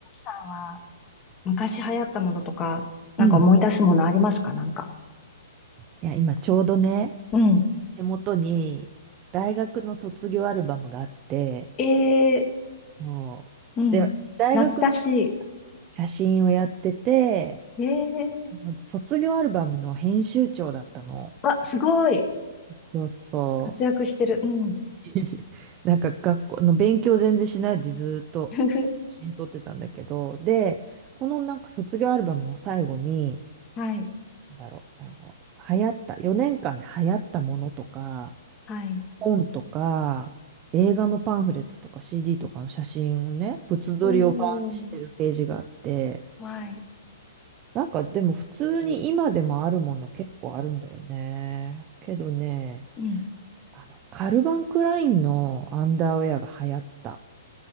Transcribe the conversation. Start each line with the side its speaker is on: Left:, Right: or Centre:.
Left: は昔流行ったものとか、なんか思い出すものありますかなんか。
Right: うん。いや、今ちょうどね、
Left: うん。
Right: 手元に大学の卒業アルバムがあって、
Left: ええ
Right: そう。
Left: うん。
Right: で、私大学の時
Left: 懐かし
Right: 写真をやってて、
Left: い。
Right: あの卒業アルバムの編集長だったの。
Left: ええあ、すごい。
Right: そうそ
Left: 活躍してる。うん。
Right: う。<laughs> なんか学校の勉強全然しないでずーっと
Left: <laughs>
Right: 写真撮ってたんだけど、で、このなんか卒業アルバムの最後に、
Left: はい。
Right: なんだろう、あの、流行った、4年間で流行ったものとか、
Left: はい。
Right: 本とか、映画のパンフレットとか CD とかの写真をね、物撮りをバーンってしてるページがあって、
Left: おー。はい。
Right: なんかでも普通に今でもあるもの結構あるんだよね。けどね、
Left: うん。
Right: あの、カルバンクラインのアンダーウェアが流行った。